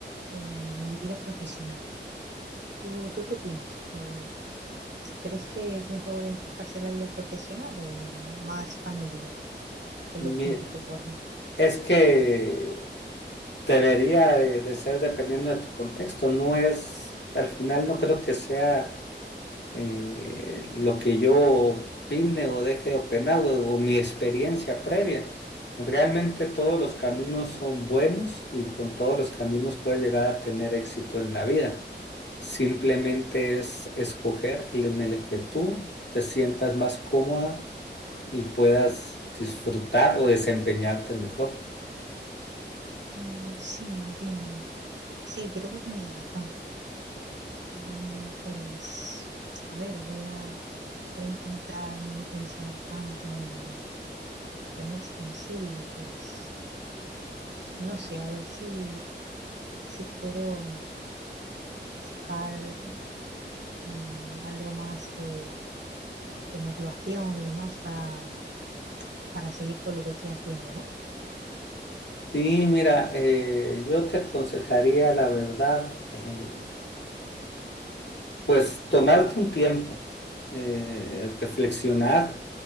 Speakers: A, on the right (about 70°); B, on the left (about 70°).
A: en mi vida profesional. ¿Tú, tú qué opinas? ¿Que- crees que es mejor enfocarse en la vida profesional o más familiar en
B: Mi-
A: los tiempos que corren?
B: es que debería de, de ser dependiendo de tu contexto. No es, al final no creo que sea eh, lo que yo opine o deje de opinar o, o mi experiencia previa. Realmente todos los caminos son buenos y con todos los caminos puedes llegar a tener éxito en la vida. Simplemente es escoger el en el que tú te sientas más cómoda y puedas disfrutar o desempeñarte mejor.
A: Mm, sí, entiendo. Que sí, creo que tienes razón. Em, pues, a ver, voy a, voy a intentar no pensar tanto en, en esto en sí, pues, no sé, a ver si, si puedo sacar mm, algo más de, de motivación y demás para, para seguir con lo que estoy haciendo, ¿no?
B: Sí, mira, eh, yo te aconsejaría la verdad. eh, Pues tomarte un tiempo, eh, reflexionar,